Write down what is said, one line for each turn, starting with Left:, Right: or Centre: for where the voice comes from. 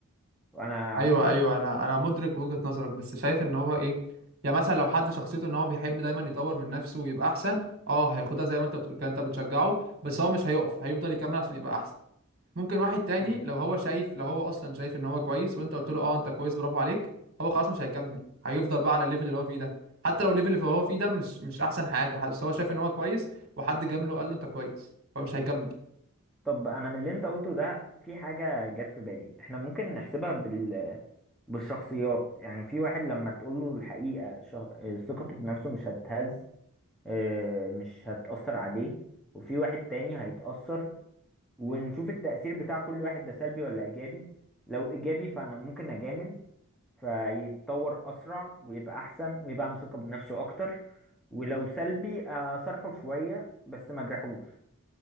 Centre: وانا
Right: ايوه
Centre: عموما
Right: ايوه انا انا مدرك وجهة نظرك بس شايف ان هو ايه يعني مثلا لو حد شخصيته ان هو بيحب دايما يطور من نفسه ويبقى احسن اه هياخدها زي ما انت بتقول كده انت بتشجعه بس هو مش هيقف هيفضل يكمل عشان يبقى احسن ممكن واحد تاني
Centre: مم.
Right: لو هو شايف لو هو اصلا شايف ان هو كويس وانت قلت له اه انت كويس برافو عليك هو خلاص مش هيكمل هيفضل بقى على الليفل اللي هو فيه ده حتى لو الليفل اللي هو فيه ده مش مش احسن حاجة بس هو شايف ان هو كويس وحد جامله وقال له انت كويس فمش هيكمل
Centre: طب انا من اللي انت قلته ده في حاجة جت في بالي احنا ممكن نحسبها بال بالشخصيات يعني في واحد لما تقول له الحقيقة شه... آه، ثقته بنفسه مش هتهز آه، مش هتأثر عليه وفي واحد تاني هيتأثر ونشوف التأثير بتاع كل واحد ده سلبي ولا إيجابي لو إيجابي فأنا ممكن أجامل فيتطور أسرع ويبقى أحسن ويبقى عنده ثقة بنفسه أكتر ولو سلبي أصارحه شوية بس ما أجرحوش